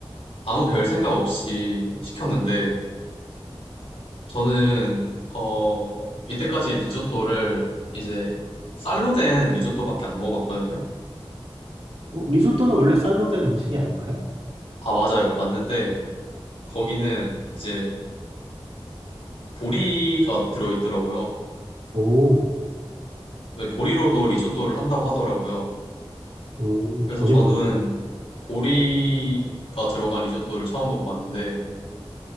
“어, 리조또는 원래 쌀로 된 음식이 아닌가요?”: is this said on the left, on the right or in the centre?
Right